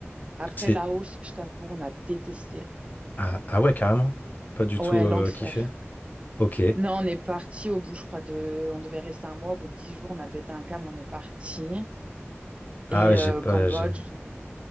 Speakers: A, on the right (about 25°); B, on the left (about 40°).
A: Après
B: C'est...
A: Laos, je t'avoue, on a détesté.
B: Ah, ah ouais, carrément. Pas du tout
A: Ouais,
B: euh,
A: l'enfer.
B: kiffé. Ok.
A: Non, on est parti au bout, je crois, de... On devait rester un mois. Au bout de dix jours, on a pété un câble, on est parti.
B: Ah,
A: Et
B: j'ai
A: euh,
B: pas...
A: Cambodge,
B: J'ai